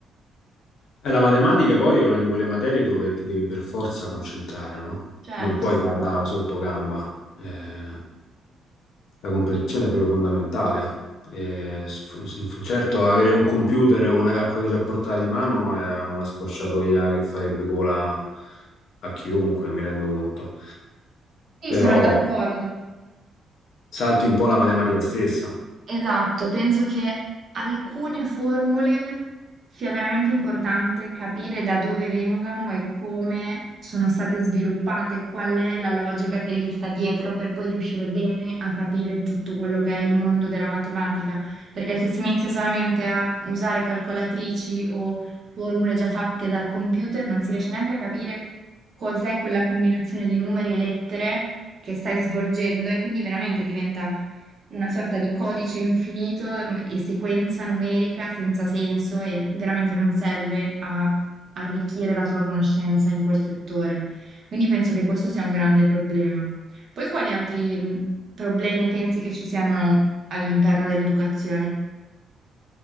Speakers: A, on the left; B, on the right.
A: Eh, La matematica poi è una di quelle materie dove ti devi per forza concentrare, no?
B: Certo,
A: Non puoi farla sotto gamba. Eh, la comprensione è proprio fondamentale. Eh, s- f- certo, avere un computer o una calcolatrice a portata di mano è una scorciatoia che farebbe cola a chiunque, mi rendo conto.
B: sì,
A: Però
B: sono d'accordo.
A: salti un po' la matematica stessa.
B: Esatto, penso che alcune formule sia veramente importante capire da dove vengano e come sono state sviluppate, qual è la logica che gli sta dietro per poi riuscire bene a capire tutto quello che è il mondo della matematica, perché se si inizia solamente a usare calcolatrici o formule già fatte dal computer, non si riesce neanche a capire cos'è quella combinazione di numeri e lettere che stai svolgendo e quindi veramente diventa una sorta di codice infinito mm, e sequenza numerica senza senso e veramente non serve a arricchire la tua conoscenza in quel settore. Quindi penso che questo sia un grande problema. Poi quali altri mm, problemi pensi che ci siano all'interno dell'educazione?